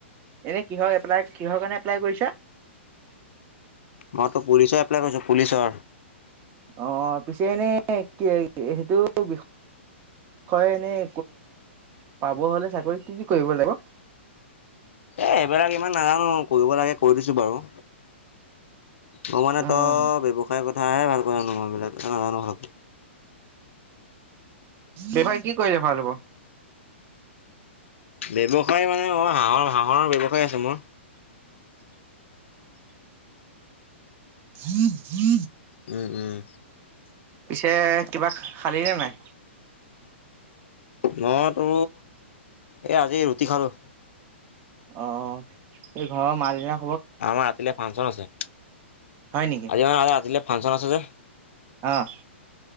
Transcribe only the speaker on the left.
মইতো পুলিচৰ এপ্লাই কৰিছোঁ পুলিচৰ।
এ এইবিলাক ইমান নাজানো কৰিব লাগে কৰি দিছো বাৰু। ম মানে
তো ব্যৱসায়ৰ কথাহে ভাল ক জানো মই বিলাক ত নাজানো ভালকৈ।
ব্যৱসায় মানে মই হাঁহৰ হাঁহৰ ব্যৱসায় আছে মোৰ।
উম, উম।
মইতো এই আজি ৰুটি খালো।
আমাৰ ৰাতি লেফাংচন আছে।
আজি মান ৰাতিলৈ ফাংচন আছে যে।